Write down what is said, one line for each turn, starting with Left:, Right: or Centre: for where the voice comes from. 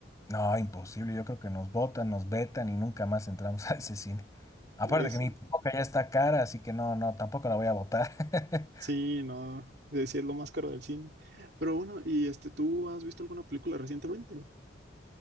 Left: no, imposible, yo creo que nos botan, nos vetan y nunca más entramos <laughs> a ese cine. Aparte
Right: Es-
Left: que mi pipoca ya está cara, así que no, no, tampoco la voy a botar.
Right: sí,
Left: <laughs>
Right: no, es decir, lo más caro del cine. Pero bueno, ¿y este, tú has visto alguna película recientemente?